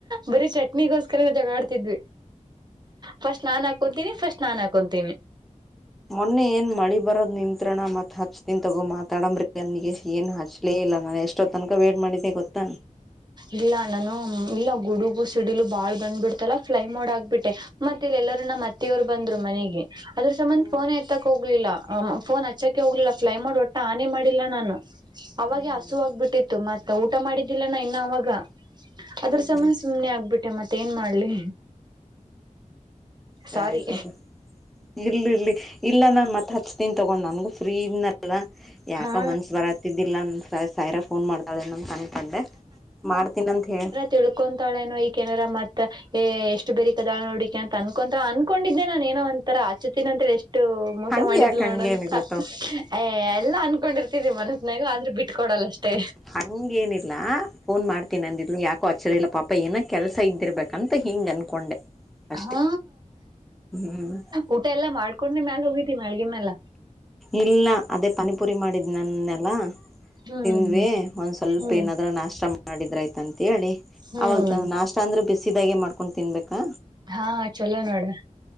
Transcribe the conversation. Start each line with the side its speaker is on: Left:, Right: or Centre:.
Right: ಬರೀ ಚಟ್ನಿಗೋಸ್ಕರನ ಜಗಳ ಆಡ್ತಿದ್ವಿ ಫಸ್ಟ್ ನಾನ್ ಹಾಕೊತೀನಿ ಫಸ್ಟ್ ನಾನ್ ಹಾಕೊತೀನಿ.
Centre: ಮೊನ್ನೆ ಏನ್ ಮಳಿ ಬರೋದ್ ನಿಂತ್ರಣ ಮತ್ ಹಚ್ತನ್ ತಗೋ ಮಾತಾಡಂಬ್ರಿ ನನಗೆ ಏನ್ ಹಚ್ಲೇ ಇಲ್ಲ ನಾನ ಎಷ್ಟ. ಅಷ್ಟೊ ತನಕ ವೇಟ್ ಮಾಡಿದ್ದೆ ಗೊತ್ತಾ.
Right: ಇಲ್ಲ ನಾನು ಇಲ್ಲ ಗುಡುಗು ಸಿಡಿಲು ಬಾಳ್ ಬಂದ್ಬಿಡ್ತಲ್ಲ ಫ್ಲೈ ಮಾಡೋ ಆಗ್ಬಿಟ್ಟೆ ಮತ್ತ ಇಲ್ಲ ಎಲ್ಲರೂ ನಮ್ಮ್ ಅತ್ತಿಯವರು ಬಂದ್ರು ಮನೆಗೆ ಅದ್ರ ಸಂಬಂದ
Centre: ಹ್ಮ್
Right: ಫೋನ್ ಎತ. ಹೋಗ್ಲಿಲ್ಲ ಫೋನ್ ಹಚ್ಚಕೆ ಹೋಗ್ಲಿಲ್ಲ ಪ್ಲೈನ್ ಮೋಡ್ ಒಟ್ಟ ಆನೆ ಮಾಡಿಲ್ಲ ನಾನು ಅವಾಗೆ
Centre: ಹ್ಮ್ ಹ್ಮ್
Right: ಹಸು ಆಗ್ಬಿಟ್ಟಿತ್ತು ಮತ್ತ ಊಟ ಮಾಡಿದ್ದಿಲ್ಲನ ಇನ್ನು ಅವಾಗ
Centre: ಹ್ಮ್
Right: ಅದ್ರ ಸಮನ್
Centre: ಹ್ಮ್
Right: ಸುಮ್ನೆ ಆಗ್ಬಿಟ್ಟೆ ಮತ್ತೆ ಏನ್ ಮಾಡ್ಲಿ
Centre: ಸರಿ
Right: ಸಾರಿ
Centre: ತಪ್ಪ ಇರ್ಲಿ ಇರ್ಲಿ ಇಲ್ಲ ನಾನ್ ಮತ್ತತ್ ಹಚ್ತನ್ ತೊಗೊಂಡ್ ನನ್ಗು ಫ್ರೀ ಇದ್ನ ಯಾಕ
Right: ಹಾ
Centre: ಮನ್ಸ ಬರತ್ತ ಗತ್ತಿದ್ದಿಲ್ಲ ಅಂತ ಸ ಸಾಯಿರ ಫೋನ್ ಮಾಡ್ತಾಳೆನಂತ ಅನ್ಕೊಂಡೆ ಮಾಡ್ತೀನಂತ ಹೇಳಿ.
Right: ತಿಳ್ಕೊಂತಾಳೆನು ಈಕೇನಾರ ಮತ್. ಏ ಎಷ್ಟು ಬೇರಿ ಕದಾಳ್ ನೋಡಿಕಕ್ಕೆ ಅಂತ ಅನ್ಕೊಂತರ ಅನ್ಕೊಂಡಿದ್ದೆ ನಾನನ್ ಏನೋ ಒಂತರ ಆಚತೀನ ಅಂತೇಳ ಎಷ್ಟು ಮೋಸ
Centre: ಹಂಗ
Right: ಮಾಡಿದ್ಲ್
Centre: ಯಾಕ ಹಂಗೇನಿಲ್ಲತ್ತೋ
Right: ನೋಡಂತ ಏ ಎಲ್ಲ ಅನ್ಕೊಂಡಿರ್ತಿದವಿ ಮನಸ್ನಾಗ ಆದ್ರೂ ಬಿಟ್ಕೊಡಲ್ಲ ಅಷ್ಟೇ
Centre: ಹಂಗ ಏನಿಲ್ಲ ಫೋನ್ ಮಾಡ್ತೀನಿ ಅಂದಿದ್ಲು ಯಾಕ. ಕೋಚರಿ ಇಲ್ಲ ಪಾಪ ಏನ ಕೆಲ್ಸ ಇದ್ದಿರ್ಬೇಕಂತ ಹಿಂಗ ಅನ್ಕೊಂಡೆ. ಅಷ್ಟೇ
Right: ಹಾ
Centre: ಹ್ಮ್
Right: ಊಟ ಎಲ್ಲಾ ಮಾಡ್ಕೊಂಡನೆ ಮ್ಯಾಲ ಹೋಗಿದ್ದಿ ಮಳಗಿ ಮ್ಯಾಲ.
Centre: ಇಲ್ಲ ಅದೇ ಪನಿಪುರಿ ಮಾಡಿದ್ ನನ್ನೆಲ್ಲ
Right: ಹ್ಮ್
Centre: ತಿಂದ್ವಿ
Right: ಹ್ಮ್
Centre: ಒಂದ್ ಸ್ವಲ್ಪ
Right: ಹ್ಮ್
Centre: ಏನಾದ್ರೂ ನಾಷ್ಟ ಮಾಡ ಮಾಡಿದ್ರಾಯ್ತ ಅಂತೇಳಿ
Right: ಹ್ಮ್
Centre: ಅವಾಗ ನಾಷ್ಟ ಅಂದ್ರೆ ಬಿಸಿ ಬ್ಯಾಗೆ ಮಾಡ್ಕೊಂಡ್ ತಿನ್ಬೇಕಾ
Right: ಹಾ ಚಲೋ ನೋಡ್ರ